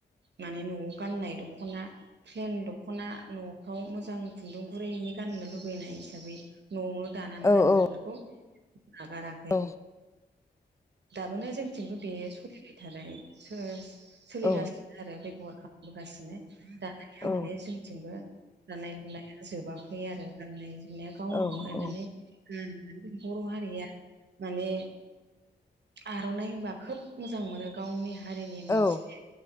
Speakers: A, on the right; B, on the left.
A: माने न'आव गाननाय दख'ना प्लेन दख'ना न'फ्राव मोजां खुन्दुं गुरैनि गाननो लुबैनाय हिसाबै न'आव दानानै
B: औ
A: गानो
B: औ
A: बेफोरखौ नागारा
B: औ
A: दाबोनो जोंथिंबो बे सलिबाय थानाय सोर सोलिगासिनो
B: औ
A: आरो बेबहार खालामबोगासिनो दानिया
B: औ
A: माने जों थिंबो दानाय लुनाया जोबाखै आरो गाननाय जोमनाया गावनो
B: औ
A: बनायनानै
B: औ
A: ग बर' हारिया माने आर'नाइ होनबा खोब मोजां मोनो गावनि हारिनि मोनसे
B: औ